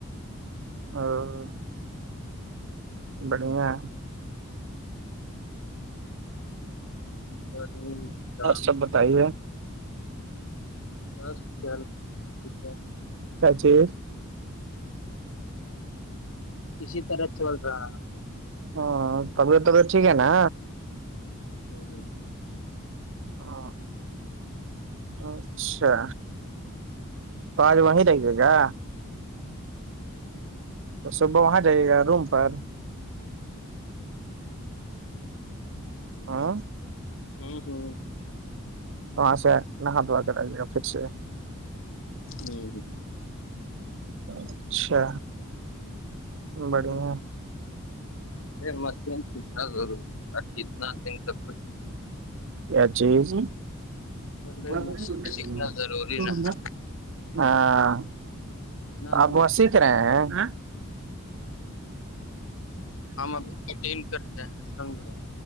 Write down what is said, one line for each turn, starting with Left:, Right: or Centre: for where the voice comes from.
Right: ہاں بڑھیا
Left: بس نہیں ہوتا،
Right: سب بتائیے
Left: سس چل ٹھیک ہے
Right: کیا چز
Left: اسی طرح چل رہا ہے
Right: ہ تب توب ٹھیک ہے نا
Left: ہوں ہ
Right: ہ اچھا تو آج وہیں لگے گا
Left: جی
Right: تو صبح وہاں جائیے گا روم پر ہاں
Left: ہوں ہوں
Right: وہاں سے نہا دھوا کر آئیے گا پھر سے
Left: ہ
Right: اچھا بڑھیا
Left: ہ یہ مشین سیکھنا ضروری اور کتنا دن تک
Right: کیا چیز
Left: بول رہے
Right: ما
Left: مشین سیکھنا ضروری نہ ہے
Right: ہاں
Left: کتنا
Right: تو آپ
Left: دن
Right: وہاں
Left: تک
Right: سیکھ رہے ہیں
Left: ہم اب کٹین کرتے ہیں سمجھے